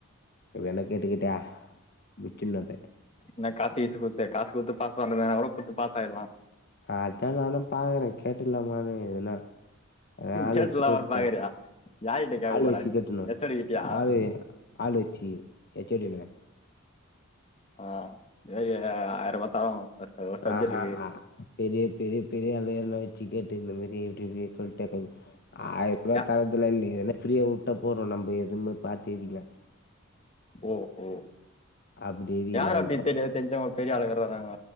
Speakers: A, on the left; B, on the left.
A: இப்டி யார்னா கேட்டுக்கீட்டா முச்சுன்ன அத
B: என்ன காசு கீசு குத்து காசு குத்து பாஸ்பண்ணுவலா கூட குத்து பாஸாயிட்லா
A: அதா நானு பாக்குறே கேட்டுலாமான்னு கீது எதுன்னா எதனா ஆள்
B: கேட்லா
A: வெச்சு கேட்டு
B: பாக்குறியா யார்கிட்ட கேக்க
A: ஆள்
B: போற
A: வெச்சு கேட்றுணோ
B: ஹெச் ஓ டி கிட்டயா
A: ஆவே ஆளு வெச்சி எச் சோ டியுமே
B: ஆ இதுமேரி ஆயிரபா தரோ ஒரு சப்ஜெக்டெக்கு
A: ஆஹா ஆ, பெரிய பெரிய பெரிய ஆளு யார்னா வெச்சு கேட்டு இந்த மேரி எப்டி இப்டி சொல்ட் ட்டா கொஞ்சோ ஆயிரபா
B: யா
A: தரதுலா இல்ல ஏனா ஃப்ரீயா வுட்டா போறோ நம்ப எதுவுமே பாத்து எழுதிக்குலா
B: ஓஹோ
A: அப்படி எழுதிக்கலான்றேன்
B: யாரு அப்டி தெரியா தெரிஞ்சவுங் பெரிய ஆளுக வராங்க